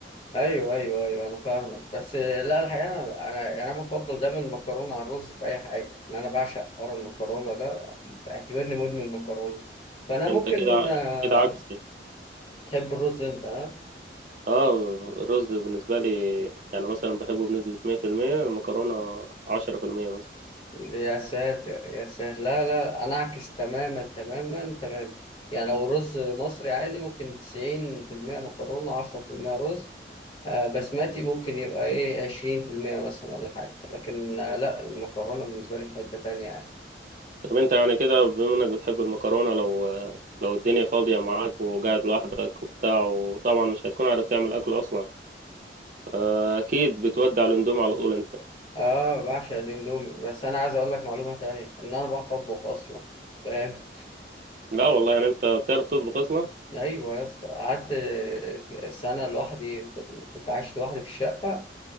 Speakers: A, on the left; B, on the right.
A: ايوه ايوه ايوه انا فاهمك بس لا الحقيقه انا انا يعني انا بفضل دايما المكرونه على الرز في اي حاجه ان انا بعشق حوار المكرونه ده اعتبرني مدمن مكرونه فانا
B: انت
A: ممكن
B: كده
A: آه،
B: كده عكسي
A: تحب الرز انت ها
B: اه الرز بالنسبة لي يعني مثلا بحبه بنسبة مية في المية المكرونة عشرة في المية مثلا
A: يا ساتر يا ساتر لا لا انا اعكس تماما تماما تماما يعني لو رز مصري عادي ممكن 90% مكرونه 10% رز آه، بسمتي ممكن يبقى ايه 20% مثلا ولا حاجه لكن آه، لا المكرونه بالنسبه لي في حته تانيه يعني
B: طب انت يعني كده بما انك بتحب المكرونة لو لو الدنيا فاضية معاك وقاعد لوحدك وبتاع وطبعا مش هتكون عارف تعمل أكل أصلا آه، أكيد بتودع الأندومي على طول انت
A: اه بعشق الاندومي بس انا عايز اقول لك معلومه تانية ان انا بعرف اطبخ اصلا فاهم
B: لا والله يعني انت بتعرف تطبخ أصلا
A: <laughs> ايوه يا اسطى قعدت سنه لوحدي في ال- كنت عايش لوحدي في الشقه